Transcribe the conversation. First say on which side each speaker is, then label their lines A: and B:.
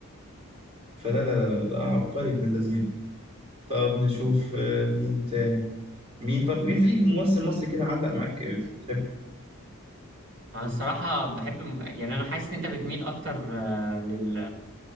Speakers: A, on the right; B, on the right.
A: فلا لا لا لا لا، عبقري ابن اللذين طب نشوف آه، مين تاني مين طب مين في ممثل مصري كده علق معاك بتحب
B: انا الصراحه بحب يعني انا حاسس ان انت بتميل اكتر آه، لل...